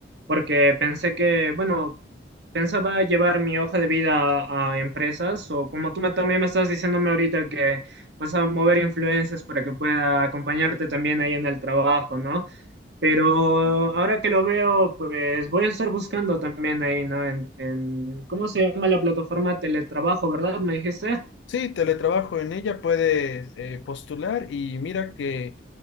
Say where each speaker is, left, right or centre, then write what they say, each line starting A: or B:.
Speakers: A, on the right; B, on the left.
A: porque pensé que, bueno, pensaba llevar mi hoja de vida a, a empresas, o como tú me- también me estás diciéndome ahorita que vas a mover influencias para que pueda acompañarte también ahí en el trabajo, ¿no? Pero ahora que lo veo, pues voy a estar buscando también ahí, ¿no? En, en- ¿cómo se llama la plataforma? Teletrabajo, ¿verdad? ¿Me dijiste?
B: Sí, teletrabajo en ella puedes eh, postular y mira que